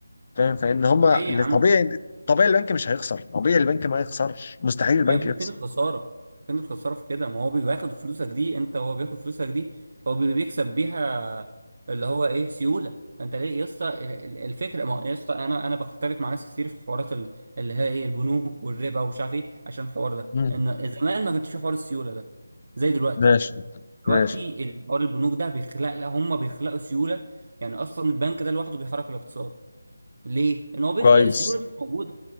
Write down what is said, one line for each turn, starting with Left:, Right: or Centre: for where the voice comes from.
Left: فاهم فان هما
Right: ليه
Left: اللي
Right: يا عم
Left: طبيعي طبيعي البنك مش هيخسر طبيعي البنك ما يخسرش مستحيل البنك
Right: يا ابني
Left: يخسر
Right: فين الخسارة فين الخسارة في كده ما هو بياخد فلوسك دي أنت هو بياخد فلوسك دي هو بي- بيكسب بيها اللي هو إيه سيولة أنت ليه يا اسطى ال- ال- الفكرة ما هو يا اسطى أنا أنا بختلف مع ناس كتير في حوارات ال- اللي هي إيه البنوك والربا ومش عارف إيه عشان الحوار ده
Left: مم.
Right: إن زمان ما كانش في حوار السيولة ده زي دلوقتي
Left: ماشي
Right: دلوقتي
Left: ماشي
Right: الحوار البنوك ده بيخلق لا هم بيخلقوا سيوله يعني اصلا البنك ده لوحده بيحرك الاقتصاد ليه؟ لان هو بيخلق
Left: كويس
Right: سيوله مش موجوده